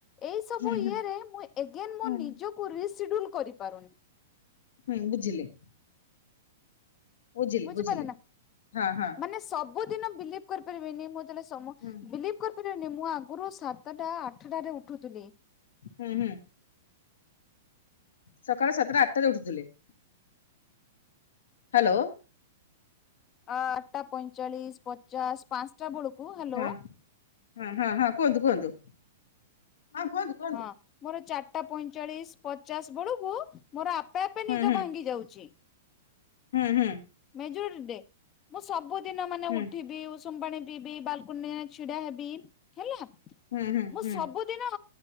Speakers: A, on the left (about 30°); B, on the left (about 65°).
A: ଏଇ ସବୁ
B: ହୁଁ
A: ଇଏ
B: ହୁଁ
A: ରେ ମୁଁ ଏଗେନ ମୋ
B: ହୁଁ
A: ନିଜକୁ ରିସ ସିଡୁଲ କରିପାରୁନି।
B: ହୁଁ ବୁଝିଲି। ବୁଝିଲି
A: ବୁଝିପାରିଲେ
B: ବୁଝିଲି
A: ନା
B: ହଁ ହଁ
A: ମାନେ ସବୁଦିନ ବିଲିଭ କରି ପାରିବେନି ମୋ ଯେତେବେଳେ ସମ
B: ହୁଁ
A: ବିଲିଭ କରିପାରିବେନି ମୁଁ ଆଗରୁ ସା ତଟା ଆଠ ଟାରେ ଉଠୁଥିଲି
B: ହୁଁ ହୁଁ ସକାଳ ସାତଟା ଆଠଟାରେ ଉଠୁଥିଲେ। ହାଲୋ
A: ଅ ଆଠଟା ପଇଁଚାଳିଶି ପଚାଶ ପାଞ୍ଚଟା ବେଳ କୁ ହାଲୋ
B: ହଁ ହଁ। ହଁ ହଁ କୁହନ୍ତୁ କୁହନ୍ତୁ। ହଁ କୁହନ୍ତୁ କୁହନ୍ତୁ
A: ହଁ ମୋର ଚାର ଟା ପଇଁଚାଳିଶି ପଚାଶ ବେଳକୁ ମୋର ଆପେ ଆପେ
B: ହୁଁ
A: ନିଦ
B: ହୁଁ
A: ଭାଙ୍ଗି ଯାଉଛି।
B: ହୁଁ ହୁଁ।
A: ଯୋର ଦେ ମୁଁ ସବୁ ଦିନ ମାନେ
B: ହୁଁ
A: ଉଠିବି ଉ ଷୁମ ପାଣି ପିଇବି ବାଲକୁନି ରେ ଛିଡା ହେବି ହେଲା।
B: ହୁଁ ହୁଁ
A: ମୁଁ ସବୁଦିନ